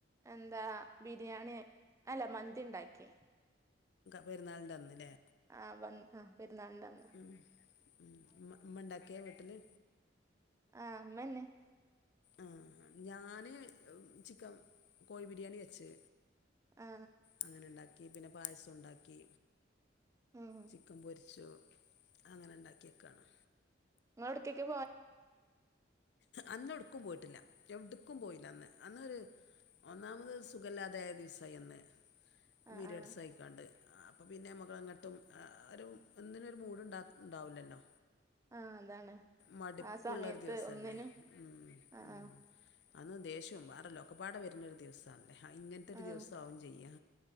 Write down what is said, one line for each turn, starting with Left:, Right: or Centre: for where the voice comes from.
Right: എന്താ ബിരിയാണി അല്ല മന്തിണ്ടാക്കി
Left: പെരുന്നാൾന്റെ അന്ന് ല്ലേ
Right: ആ ആ പെരുന്നാൾന്റന്ന്
Left: ഉം ഉം ഇമ്മ ഇണ്ടക്കേ വീട്ടില്
Right: ആഹ് മ്മന്നെ
Left: ആഹ് ഞാന് ചിക്കം കോഴി ബിരിയാണി വെച്ച്
Right: ആ
Left: അങ്ങനെണ്ടാക്കി പിന്നെ പായസോംണ്ടാക്കി
Right: ഉം
Left: ചിക്കൻ പൊരിച്ചു അങ്ങനെ ഉണ്ടാക്യേക്കാണ്
Right: ഇങ്ങളെവ്ട് കെക്കെ
Left: അന്ന് എടുക്കും പോയിട്ടില്ല എവിടുക്കും പോയില്ല അന്ന് അന്നൊരു ഒന്നാമത് സുഖല്ലാതായ ദിവസായി അന്ന്
Right: ആ
Left: പീരിയഡ്സ്
Right: ആ
Left: ആയിക്കാണ്ട് അപ്പൊ പിന്നെ മ്മക്ക്ങ്ങെട്ടും ഒരു ഒന്നിനൊരു മൂഡ്ണ്ടാവൂല്ലല്ലോ
Right: ആഹ് അതാണ്
Left: മട്പ്പ്ള്ള
Right: ആ സമയത്ത്
Left: ഒരു ദിവസല്ലേ
Right: ഒന്നിനും
Left: ഉം
Right: ആ
Left: ഉം
Right: ആ
Left: അന്ന് ദേഷ്യോം വേറെല്ലോക്കപ്പാടെ വരുന്ന ഒരു ദിവസം <unintelligible> ആ ഇങ്ങനത്തെ ഒരു
Right: ആ
Left: ദിവസാവും ചെയ്യാ